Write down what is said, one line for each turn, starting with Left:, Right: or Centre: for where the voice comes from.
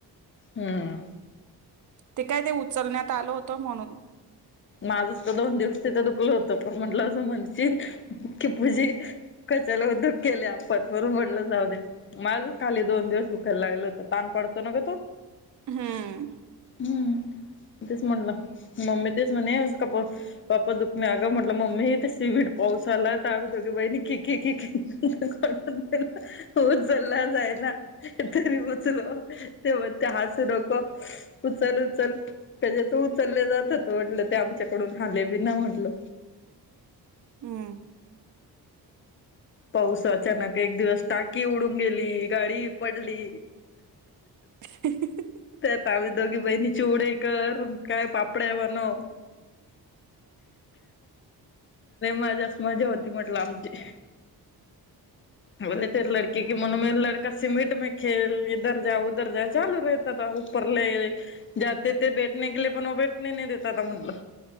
Left: हम्म
Right: ते काय ते उचलण्यात आलं होतं म्हणून
Left: माझ तर दोन दिवस तिथे दुखल होत पण म्हटलं असं म्हण की पूजी कच्याला उद्यक केले आपण म्हणून म्हटलं जाऊ दे माझ खाली दोन दिवस दुखायला लागलं होत ताण पडतो न ग तो.
Right: हम्म.
Left: हम्म तेच म्हणलं मम्मी स म्हका पाप्पा दुःख म आ म्हटलं मम्मी ते सिबीड पाऊस आला तर आमही दोघी बहीणी खी क ख. ण हो चलला जायला. तरी उचल तेव ते हसू डोक उचल उचल त्याच्याच उचलले जात. म्हटलं ते आमच्याकडून हले बी ना म्हटल.
Right: हम्म.
Left: पाऊस अचानक एक दिवस टाकी उडून गेली गाडी पडली.
Right: ह.
Left: ते आ आम्ही दोघी बहिणी चिवडे कर काय पा कपडे बनव. मज्याच मजा होती. म्हटलं आमची बले ते लडकी कि म्हणून म लडका सिमेट मे खेल इधर जा उधर जा चालू राहत आता उपरले ज ते भेटणे गेले पण भेटणे नाही देत आता म्हटलं